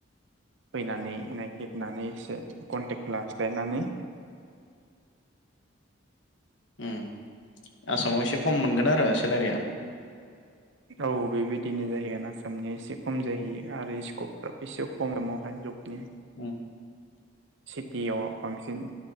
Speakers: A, on the right; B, on the left.
A: फैनानै नागिरनानै एसे कन्टेक्ट लाखिलायनानै
B: ओम आसामाव एसे खम मोनगोन आरो सेलारिया
A: औ बेबायदिनो जाहैगोन आसामनि एसे खम जाहैयो आरो स्कपफ्राबो एसे खम एमावहाय जबनि
B: औ
A: सिटियाव बांसिन